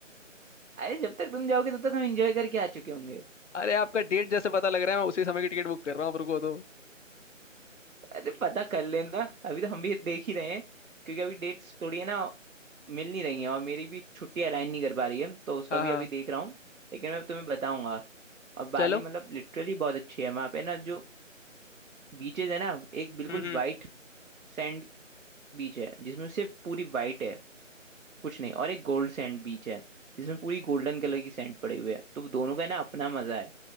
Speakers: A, on the right; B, on the left.
A: अरे जब तक तुम जाओगे तब तक हम एंजॉय करके आ चुके होंगे
B: अरे आपका डेट जैसे पता लग रहा है मैं उसी समय की टिकट बुक कर रहा हूँ आप रुको तो
A: अरे पता कर लेना अभी तो हम भी देख ही रहे हैं क्योंकि अभी डेट्स थोड़ी है ना मिल नहीं रही है और मेरी भी छुट्टी अलाइन नहीं कर पा रही है तो उसका
B: हाँ
A: भी
B: हाँ
A: अभी देख रहा हूँ लेकिन मैं तुम्हें बताऊंगा और बाली
B: चलो
A: मतलब लिटरली बहुत अच्छी है वहां पे ना जो बीचेस है ना एक बिल्कुल
B: हम्म हम्म
A: वाइट सैंड बीच है जिसमें सिर्फ पूरी वाइट है कुछ नहीं और एक गोल्ड सैंड बीच है जिसमें पूरी गोल्डन कलर की सैंड पड़ी हुई है तो वो दोनों का ना अपना मजा है